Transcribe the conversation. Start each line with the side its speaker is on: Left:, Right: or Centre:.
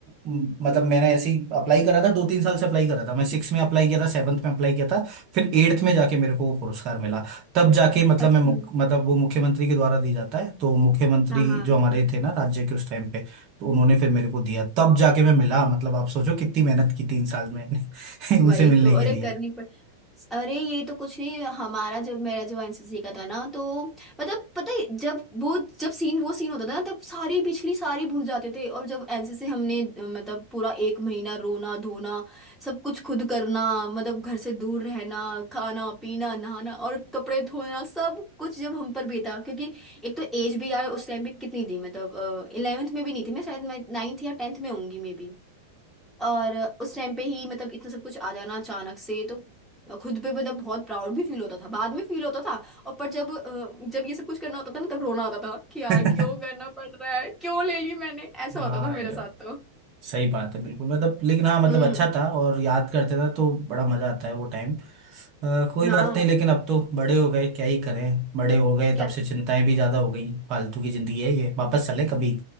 Right: म, मतलब मैंने ऐसे ही अप्लाई करा था दो तीन साल से अप्लाई करा था मैं सिक्स में अप्लाई किया था सेवन्थ में अप्लाई किया था फिर एट्थ में जाके मेरे को वो पुरस्कार मिला तब जाके मतलब
Centre: अच्छा
Right: मैं मुख, मतलब वो मुख्यमंत्री के द्वारा दी जाता है तो मुख्यमंत्री
Centre: हाँ हाँ
Right: जो हमारे थे ना राज्य के उस टाइम पे तो उन्होंने फिर मेरे को दिया तब जाके मैं मिला मतलब आप सोचो कितनी मेहनत की तीन साल में <laughs> उनसे
Centre: वही
Right: मिलने
Centre: तो
Right: के
Centre: अरे
Right: लिए
Centre: करनी पड़ अरे ये तो कुछ नहीं हमारा जब मेरा जो एनसीसी का था ना तो मतलब पता है जब वो जब सीन वो सीन होता था ना तब सारी पिछली सारी भूल जाते थे और जब एनसीसी हमने अ, मतलब पूरा एक महीना रोना धोना सब कुछ खुद करना मतलब घर से दूर रहना खाना पीना नहाना और कपड़े धोना सब कुछ जब हम पर बीता क्योंकि एक तो एज भी यार उस टाइम पे कितनी थी मतलब इलेवेंथ में भी नहीं थी मैं शायद मैं नाइन्थ या टेंथ में होंगी मे और उस टाइम पे ही मतलब इतना सब कुछ आ जाना अचानक से तो खुद पे मतलब बहुत प्राउड भी फील होता था बाद में फील होता था और पर जब अ, जब ये सब कुछ करना होता था ना तब रोना आता था कि यार
Right: <laughs>
Centre: क्यों करना पड़ रहा है क्यों ले ली मैंने ऐसा
Right: हाँ
Centre: होता था मेरे
Right: ये
Centre: साथ
Right: बात
Centre: तो
Right: सही बात है बिल्कुल मतलब लेकिन हाँ मतलब
Centre: हम्म
Right: अच्छा था और याद करते थे तो बड़ा मजा आता है वो टाइम अ, कोई
Centre: हाँ
Right: बात नहीं लेकिन अब तो बड़े हो गए क्या ही करें बड़े हो गए
Centre: क्या
Right: तब से चिंताएं भी ज्यादा हो गई फालतू की जिंदगी है ये वापस चले कभी